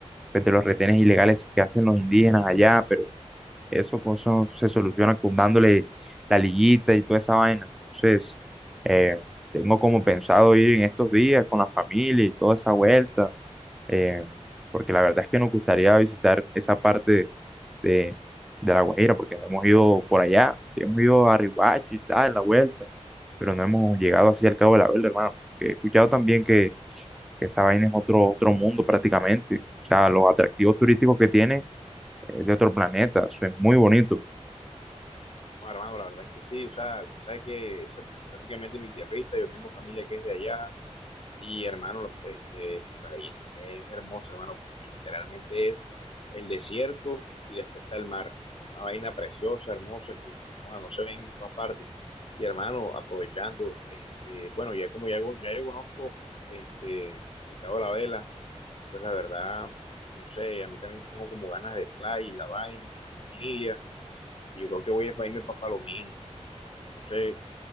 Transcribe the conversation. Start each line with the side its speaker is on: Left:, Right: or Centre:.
Centre: pues, de los retenes ilegales que hacen los indígenas allá, pero eso, eso se soluciona con dándole la liguita y toda esa vaina. Entonces, eh, tengo como pensado ir en estos días con la familia y toda esa vuelta eh, porque la verdad es que nos gustaría visitar esa parte de, de La Guajira, porque no hemos ido por allá, sí hemos ido a Riohacha y tal, en la vuelta, pero no hemos llegado así al Cabo de la Verde, hermano. Que he escuchado también que, que esa vaina es otro, otro mundo prácticamente, o sea, los atractivos turísticos que tiene es de otro planeta, eso es muy bonito.
Left: Bueno, hermano, la verdad es que sí, o sea, sabes que esa es prácticamente mi tierrita, yo tengo familia que es de allá, y hermano, la- este, Punta Gallinas es hermoso, hermano, porque literalmente es el desierto y después está el mar, una vaina preciosa, hermosa, que, que, joda, no se ven en todas partes. Y hermano, aprovechando, este, bueno, ya como ya, ya yo conozco este, el Cabo de la Vela, pues la verdad, no sé, a mí también tengo como ganas de playa y la vaina con la familia, y yo creo que voy a irme para Palomino. Entonces,